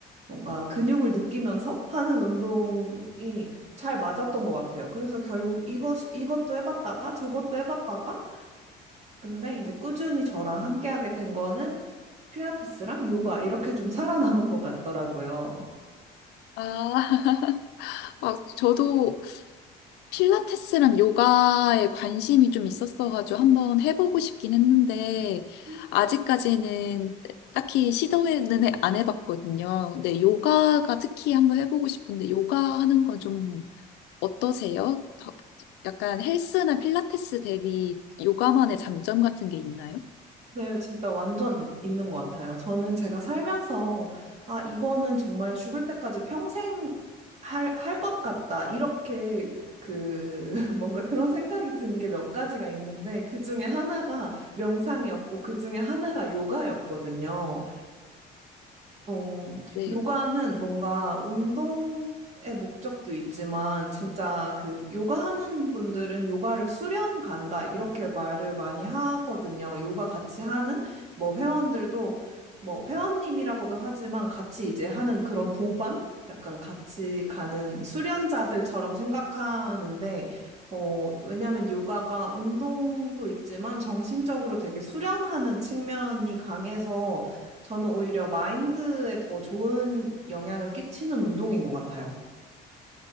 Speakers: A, on the right; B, on the left.
A: 뭔가 근육을 느끼면서 하는 운동이 잘 맞았던 것 같아요. 그래서 결국 이것, 이것도 해봤다가 저것도 해봤다가 근데 이제 꾸준히 저랑 함께하게 된 거는 필라테스랑 요가 이렇게 좀 살아남은 것 같더라고요.
B: 아, <laughs> 아, 저도 필라테스랑 요가에 관심이 좀 있었어가지고 한번 해보고 싶긴 했는데,
A: 음.
B: 아직까지는 딱히 시도는 해- 안 해봤거든요. 근데 요가가 특히 한번 해보고 싶은데, 요가 하는 건 좀 어떠세요? 더- 약간 헬스나 필라테스 대비 요가만의 장점 같은 게 있나요?
A: 네, 진짜 완전 이- 있는 것 같아요. 저는 제가 살면서, 아, 이거는 정말 죽을 때까지 평생 할, 할 것 같다. 이렇게 그, <laughs> 뭔가 그런 생각이 든 게 몇 가지가 있는데, 그 중에 하나가 명상이었고, 그 중에 하나가 요가였거든요. 어,
B: 네.
A: 요가는 뭔가 운동의 목적도 있지만 진짜 그 요가하는 분들은 요가를 수련 간다 이렇게 말을 많이 하거든요. 요가 같이 하는 뭐 회원들도 뭐 회원님이라고도 하지만 같이 이제 하는 그런 도반? 약간 같이 가는 수련자들처럼 생각하는데 어, 왜냐면 요가가 운동도 있지만 정신적으로 되게 수련하는 측면이 강해서 저는 오히려 마인드에 더 좋은 영향을 끼치는 운동인 것 같아요.